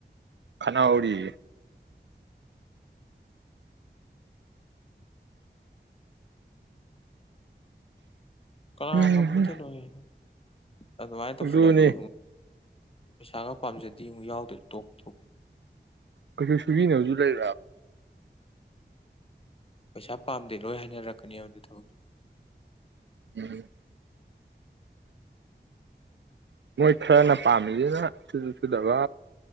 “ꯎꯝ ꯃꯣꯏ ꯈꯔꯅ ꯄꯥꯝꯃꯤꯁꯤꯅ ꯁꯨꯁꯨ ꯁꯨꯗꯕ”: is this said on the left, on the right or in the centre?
Right